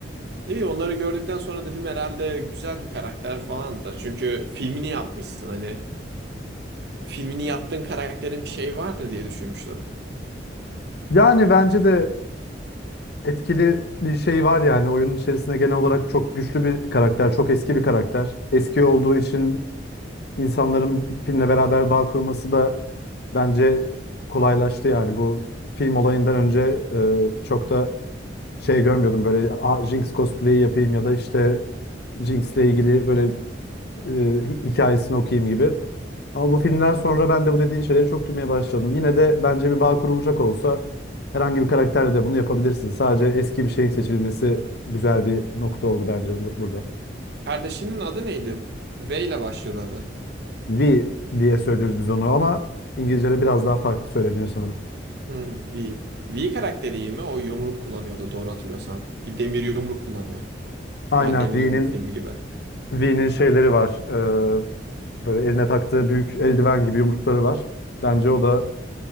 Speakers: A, on the right; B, on the left.
A: Ne bileyim onları gördükten sonra dedim herhalde güzel bir karakter falan da. Çünkü filmini yapmışsın hani filmini yaptığın karakterin bir şeyi vardır diye düşünmüştüm.
B: Yani bence de e, etkili bir şey var yani oyunun içerisinde genel olarak çok güçlü bir karakter, çok eski bir karakter. Eski olduğu için insanların filmle beraber bağ kurması da bence kolaylaştı yani bu film olayından önce e, çok da şey görmüyordum böyle "Aa, Jinx cosplay'i yapayım ya da işte Jinx'le ilgili böyle e, hi- hikayesini okuyayım gibi. Ama bu filmden sonra ben de bu dediğin şeyleri çok duymaya başladım. Yine de bence bir bağ kurulacak olsa herhangi bir karakterle de bunu yapabilirsin. Sadece eski bir şeyin seçilmesi güzel bir nokta oldu bence bu- burada.
A: Kardeşinin adı neydi? V ile başlıyordu adı.
B: V diye söylüyoruz biz onu ama İngilizce'de biraz daha farklı söyleniyor sanırım.
A: Hmm, V. V karakteri iyi mi? O yumruk kullanıyordu doğru hatırlıyorsam. Bir demir yumruk kullanıyor.
B: Aynen
A: Ha, demir
B: V'nin
A: yumruk filmi gibi.
B: V'nin şeyleri var. Ee, böyle eline taktığı büyük eldiven gibi yumrukları var. Bence o da